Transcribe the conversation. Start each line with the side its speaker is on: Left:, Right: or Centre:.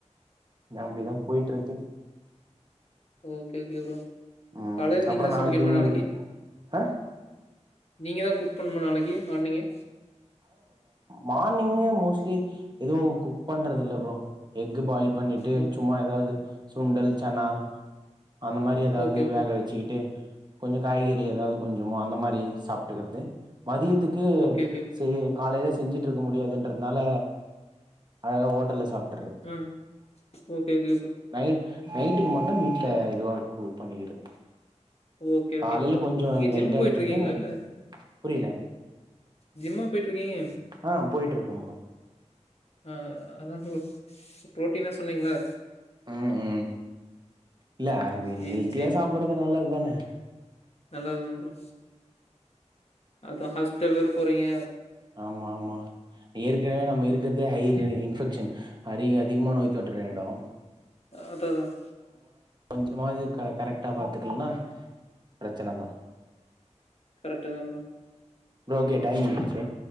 Right: நம்பிதா போயிட்ருக்கு
Left: ஒகே ஓகே ப்ரோ
Right: ம்
Left: காலைல நீங்கதா
Right: அப்றோ
Left: சமைக்கணுமா
Right: உங்களுக்கு
Left: நாளைக்கு
Right: ஆ
Left: நீங்கதா குக் பண்ணணுமா நாளைக்கு மார்னிங்கு
Right: மார்னிங்கு மோஸ்ட்லி எது குக் பண்றதில்ல ப்ரோ எக் பாயில் பண்ணிட்டு
Left: ஓ
Right: சும்மா எதாவுது சுண்டல் சனா அந்த மாரி எதாவுது
Left: ஓகே ப்ரோ.
Right: வேக வெச்சிகிட்டு கொஞ்ச காய்கறி எதாவுது கொஞ்சமா அந்த மாரி சாப்ட்டுக்குறது மதியத்துக்கு
Left: ஓகே, ஓகே.
Right: சே காலைல செஞ்சுட்டருக்க முடியாதுன்றதனால அழகா ஹோட்டல்ல சாப்
Left: ம் ஓகே கே ப்ரோ
Right: நை நைட்டுக்கு மட்டு வீட்ல இதுவா குக் பண்ணிக்கறது
Left: ஓகே,
Right: காலைல
Left: ஓகே ப்ரோ.
Right: கொஞ்ச
Left: நீங்க
Right: லைட்டா
Left: ஜிம் போயிட்டுருக்கீங்களா?
Right: எடுத்துகிட்டு ம
Left: இல்ல
Right: புரியில
Left: ஜிம்மா போயிட்டுருக்கீங்க?
Right: ஆ போயிட்ருக்க ப்ரோ
Left: ஆஹ் <unintelligible> புரோட்டீனா சொன்னீங்களா
Right: ம் ம் இல்ல அது
Left: சரி,
Right: ஹெல்த்தியா
Left: சரி.
Right: சாப்டுறது நல்லது தான <inaudible>
Left: நல்லது தா ப்ரோ அதா ஹாஸ்பிட்டல் வேற போறிங்க
Right: ஆமா ஆமா ஏற்கனவே நம்ம இருக்கறதே ஹை இன்ஃபெக்ஷன் அறி அதிகமான நோய் தொற் றோ எடம்
Left: அதுதான்
Right: கொஞ்சமாவது க கரெக்டா பாத்துக்கலன்னா பிரச்சனதான்
Left: கரெக்ட் தா ப்ரோ
Right: ஓகே டைம் முடுஞ்சு